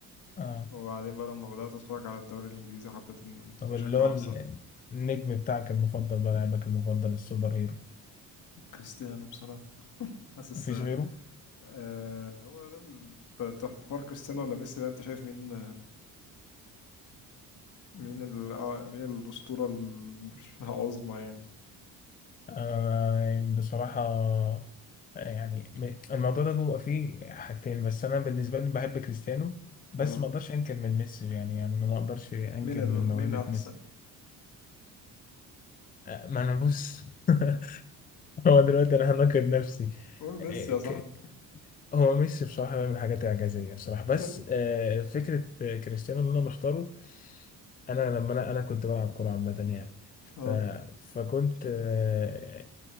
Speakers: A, on the left; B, on the left.
A: اه
B: وبعدين بقى لما بدات اتفرج على الدوري الانجليزي حبيت ان
A: طب اللي
B: اشجع
A: هو ال-
B: ارسنال
A: النجم بتاعك المفضل بقى لاعبك المفضل السوبر هيرو
B: كريستيانو بصراحه حاسس
A: مفيش غيره
B: آه هو ده ال- ت- ت- حوار كريستيانو ولا ميسي ده انت شايف مين مين ال... آه، مين الاسطوره ال- <laughs> العظمى يعني
A: آه يعني بصراحه آه، يعني م- الموضوع ده بيبقى فيه حاجتين بس انا بالنسبه لي بحب كريستيانو بس
B: اه
A: ما اقدرش انكر من ميسي يعني يعني أنا ما اقدرش انكر
B: مين ال...
A: من موهبه
B: مين احسن
A: ميسي آه، ما انا بص <laughs> هو دلوقتي انا همكن نفسي
B: قول ميسي
A: إيه،
B: يا صاحبي
A: ك- هو ميسي بصراحة بيعمل حاجات إعجازية بصراحة بس
B: طيب
A: آه، فكرة آه، كريستيانو اللي أنا مختاره أنا لما أنا أنا كنت بلعب كورة عامة يعني
B: اه
A: ف... فكنت آه،